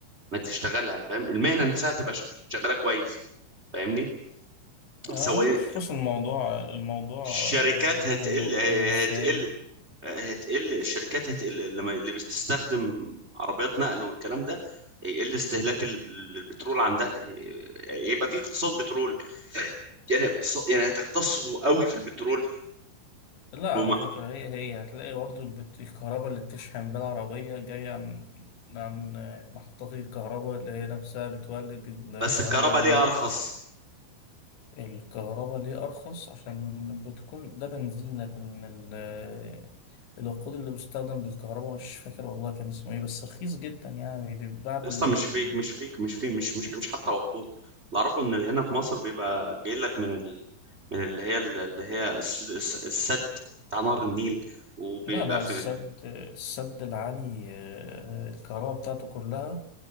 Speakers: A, on the right; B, on the left.
A: إنك تشتغلها فاهم المهنة نفسها هتبقى ش- شغالة كويس فاهمني
B: آه
A: سواء
B: ممكن شوف بس الموضوع الموضوع
A: الشركات
B: آه، ممكن
A: هتقل
B: نقول إنساني
A: هتقل هتقل الشركات هتقل لما اللي بتستخدم عربيات نقل والكلام ده هيقل استهلاك ال- البترول عندها يعني يبقى في اقتصاد بترول يعني اقتصاد يعني هتقتصدوا قوي في البترول
B: لا
A: وما
B: على فكرة هي هي هتلاقي برضه البت- الكهرباء اللي بتشحن بيها العربية جاية عن عن محطات الكهرباء اللي هي نفسها بتولد الكهرباء
A: بس الكهرباء
B: منين
A: ليه ارخص
B: الكهرباء ليه أرخص عشان بتكون ده بنزين لكن ال- الوقود اللي بيستخدم للكهرباء مش فاكر والله كان اسمه ايه بس رخيص جدا يعني بيتباع بال
A: يا اسطى مش فيك مش فيك مش في مش مش مش حتى وقود اللي اعرفه ان هنا في مصر بيبقى جاي لك من ال... من اللي هي اللي هي الس- الس- السد بتاع نهر النيل وبيبقى
B: لا لا
A: فين
B: السد السد العالي آه، الكهرباء بتاعته كلها